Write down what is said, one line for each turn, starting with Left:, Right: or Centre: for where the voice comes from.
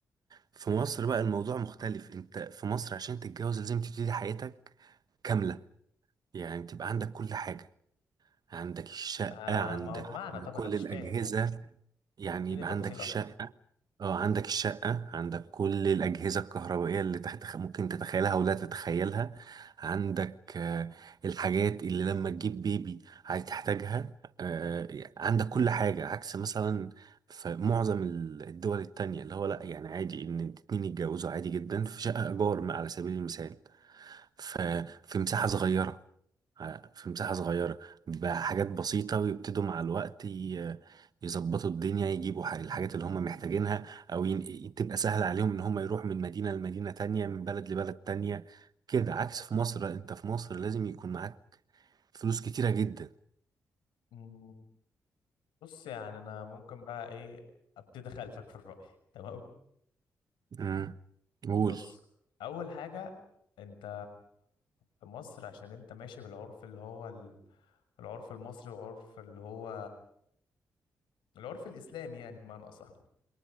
Right: في مصر بقى الموضوع مختلف انت في مصر عشان تتجوز لازم تبتدي حياتك كامله يعني تبقى عندك كل حاجه عندك الشقه
Left: آه
Right: عندك
Left: ما هو بمعنى طبعا
Right: كل
Left: انا مش
Right: الاجهزه
Left: فاهم يعني
Right: يعني
Left: اديني
Right: يبقى
Left: تفاصيل
Right: عندك الشقة
Left: اكتر
Right: اه عندك الشقة عندك كل الأجهزة الكهربائية اللي تحت تخ- ممكن تتخيلها ولا تتخيلها عندك آه، الحاجات اللي لما تجيب بيبي هتحتاجها آه، عندك كل حاجة عكس مثلا في معظم ال- الدول التانية اللي هو لأ يعني عادي إن اتنين يتجوزوا عادي جدا في شقة إيجار ما- على سبيل المثال ف- في مساحة صغيرة على- في مساحة صغيرة بحاجات بسيطة ويبتدوا مع الوقت ي- يظبطوا الدنيا يجيبوا ح- الحاجات اللي هم محتاجينها أو ين- تبقى سهل عليهم إن هم يروحوا من مدينة لمدينة تانية من بلد لبلد تانية كده عكس في مصر لأ، أنت في مصر لازم يكون معاك فلوس كتيرة جدا
Left: مم، بص يعني انا ممكن بقى ايه ابتدي اخالفك في الرأي <laughs> تمام
Right: امم قول
Left: بص اول حاجه انت في مصر عشان انت ماشي بالعرف اللي هو ال- العرف المصري وعرف اللي هو العرف الاسلامي يعني بمعنى اصح